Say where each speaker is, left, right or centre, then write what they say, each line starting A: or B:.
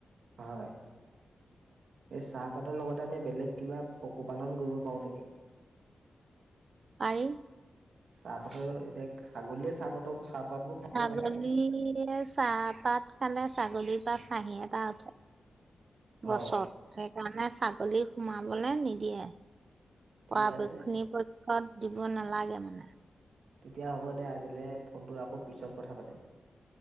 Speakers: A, on the right (about 80°); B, on the right (about 55°).
A: হয় এই চাহপাতৰ লগতে আমি বেলেগ কিবা পশুপালন কৰিব পাৰো নেকি?
B: পাৰি
A: চাহপাতৰ
B: <unintelligible>
A: এতিয়া ছাগলীয়ে চাহপাতৰ চাহপাতবোৰ খায়
B: ছাগলীয়
A: নে নাখায়?
B: চাহপাত খালে। ছাগলীৰ পৰা চাহী এটা উঠে। বছত
A: অ
B: স <unintelligible> জানে ছাগলী সোমাবলে নিদিয়ে।
A: ঠিক
B: অপুনি
A: আছে।
B: প ষত দিব নালাগে মানে?
A: তেতিয়া হ'ব দে আজিলে ফোনটো ৰাখ কৌ পিছত কথা পাতিম।